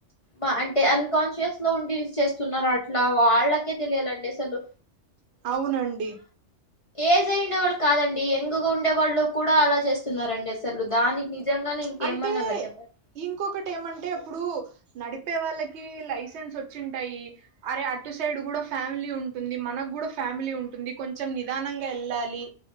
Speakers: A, on the left (about 50°); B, on the right (about 70°).
A: మ్చ్ అంటే అన్కాన్షియస్ లో ఉండి చేస్తున్నారా అట్లా వాళ్ళకే తెలియాలండి. అసలు
B: అవునండి
A: ఏజైన వాళ్ళు కాదండి ఎంగుగా ఉండేవాళ్ళు కూడా అలా చేస్తున్నారండి అసలు దానికి నిజంగానే
B: చ్
A: ఇంకేమనాలా
B: అంటే
A: చెప్పండి
B: ఇంకొకటి ఏమంటే అప్పుడు నడిప్ చెప్పే వాళ్ళకి లైసెన్స్ వచ్చింటాయి అరే అటు సైడ్ కూడా ఫ్యామిలీ ఉంటుంది. మనకు కూడా ఫ్యామిలీ ఉంటుంది. కొంచెం నిదానంగా వెళ్ళాలి